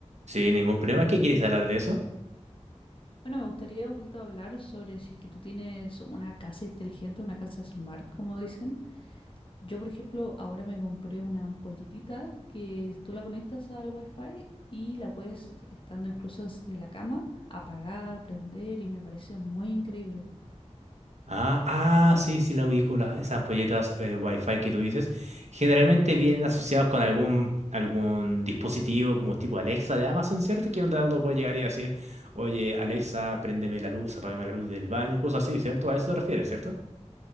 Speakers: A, on the right (about 70°); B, on the left (about 45°).
A: Sí, ningún problema. ¿Qué quieres hablar de eso?
B: Bueno, me gustaría un poquito hablar sobre si es que tú tienes una casa inteligente, una casa smart, como dicen. Yo, por ejemplo, ahora me compré una ampolletita que tú la conectas al Wi-Fi y la puedes, estando incluso desde la cama, apagar, prender y me parece muy increíble.
A: Ah, ah, sí, sí, la ubico, las, esas ampolletas eh, Wi-Fi que tú dices. Generalmente vienen asociados con algún, algún dispositivo como tipo Alexa de Amazon, ¿cierto? Que onda uno puede llegar y decir, oye, Alexa, préndeme la luz, apágame la luz del baño, cosas así, ¿cierto? A eso te refieres, ¿cierto?